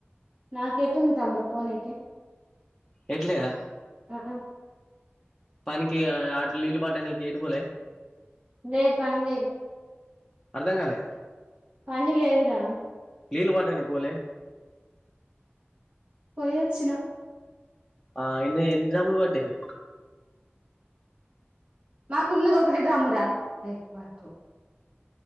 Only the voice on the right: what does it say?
నాకెటుంది తమ్ముడు పోనీకి?
ఆహా
లేదు పని లేదు.
పనీ లేదు రా
పోయొచ్చిన
మాకున్నది ఒకటె డ్రమ్ము రా <unintelligible>